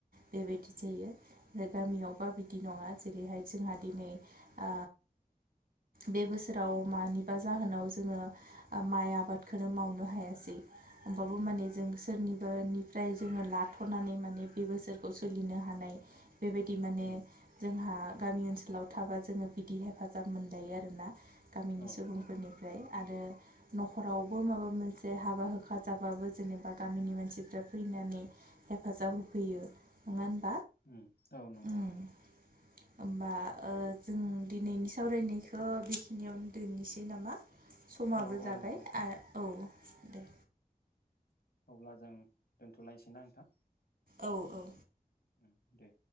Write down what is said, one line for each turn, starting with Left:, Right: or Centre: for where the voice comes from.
Right: बेबायदि जायो। ओमफ्राय गामियावबा <unintelligible> बिदि नङा। जेरैहाय जोंहा दिनै ओ बे बोसोराव मानिबा जाहोनाव जोङो, ओ माइ आबादखौ मावनो हायासै। होमबाबो माने जों सोरनिबनिफ्राय जोङो लाथ'नानै, माने बे बोसोरखौ सोलिनो हानाय
Left: <inaudible>
Right: बेबायदि माने
Left: उम
Right: जोंहा गामि ओनसोलाव थाबा जोङो बिदि हेफाजाब मोनजायो आरोना। गामिनि
Left: औ
Right: सुबुंफोरनिफ्राय
Left: औ
Right: आरो न'खरावबो माबा मोनसे हाबा -हुखा जाबाबो, जेनेबा गामिनि मानसिफ्रा <unintelligible> <unintelligible> हेफाजाब होफैयो नङा
Left: उम औ नंगौ।
Right: उम होमबा ओ जों दिनैनि सावरायनायखौ बेखिनियावनो दोननोसै नामा? समाबो
Left: औ औ
Right: जाबाय
Left: नोंथां
Right: आ औ। दे
Left: अब्ला जों दोनथ'लायनोसैना नोंथां?
Right: औ औ।
Left: उम दे।